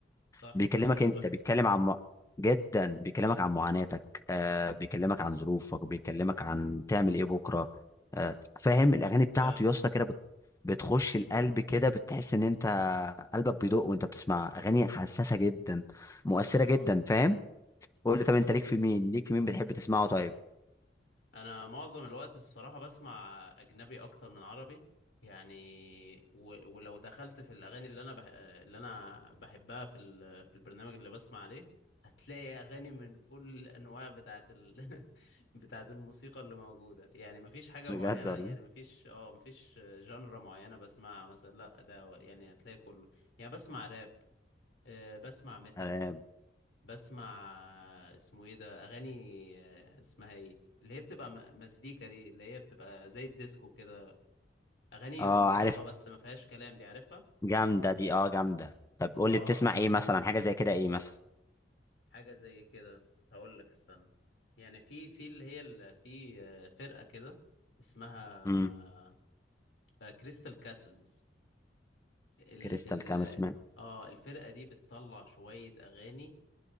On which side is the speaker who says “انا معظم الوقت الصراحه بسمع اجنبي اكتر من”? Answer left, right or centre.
Left